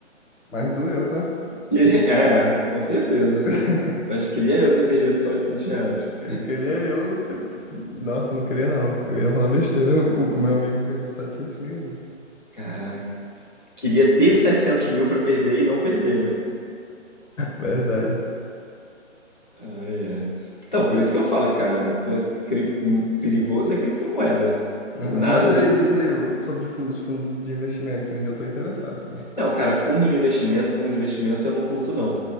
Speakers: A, on the left; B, on the left.
A: Mas doeu, tá?
B: Queria- É, com certeza.
A: <laughs>
B: Mas queria eu ter perdido só 800 reais. né?
A: Eu queria eu. ter- Nossa, eu não queria não. Eu ia falar besteira. O o meu amigo perdeu setecentos mil. né?
B: Caraca. Queria ter 700 mil pra perder e não perder, né?
A: Verdade.
B: Ai, ai. Então, por isso que eu falo, cara, pe- cri- perigoso é criptomoeda. Do
A: Aham,
B: nada,
A: Mas
B: os
A: aí, diz aí o- sobre fu- os fundos de investimento. Eu ainda tô interessado, cara.
B: Não, cara, fundo de investimento, fundo de investimento eu não curto não.